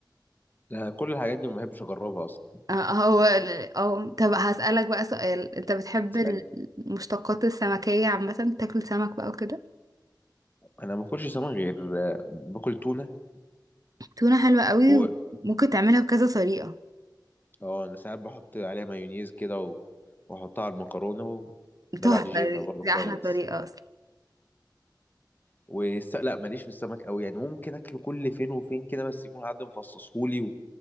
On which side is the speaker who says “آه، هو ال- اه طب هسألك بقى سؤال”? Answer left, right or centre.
Right